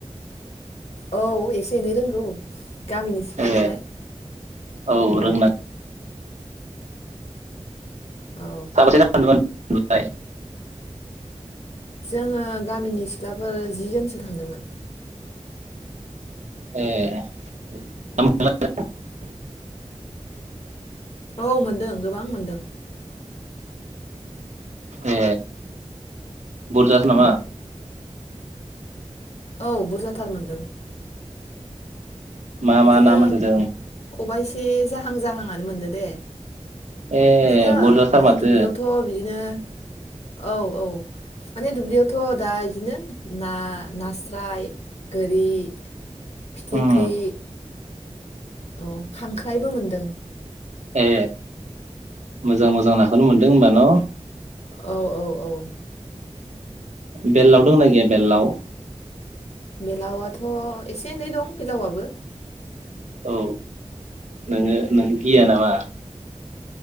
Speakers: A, on the left; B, on the right.
A: औ एसे एनै रोंगो। गामिनि सिख्ला
B: ए
A: नालाय।
B: औ रोंना
A: औ
B: साबोसे थांदोंमोन ना गुरनो लाय?
A: जोङो गामिनि सिख्लाफोर जि जोनसो थांदोंमोन।
B: एह <unintelligible>
A: औ मोनदों गोबां मोनदों।
B: ए बुरजाथार नामा?
A: औ बुरजाथार मोनदों।
B: मा
A: बिदिनो
B: मा ना मोनसोदों?
A: खबाइसे जाहां जाहां आ नो मोनदो दे।
B: ए
A: इदिनो
B: बुरजाथार
A: माने
B: माथो
A: दुब्लियावथ' बिदिनो औ औ माने दुब्लियावथ' दा इदिनो ना नास्राय गोरि, फिथिख्रि
B: उम
A: अ खांख्राइबो मोनदों।
B: ए मोजां मोजां नाखौनो मोन्दों होमबा न'?
A: औ औ औ
B: बेललाव दंना गैया बेललाव?
A: बेलावआथ' एसे एनै दं बेलावआबो।
B: औ नोङो नों गिया नामा?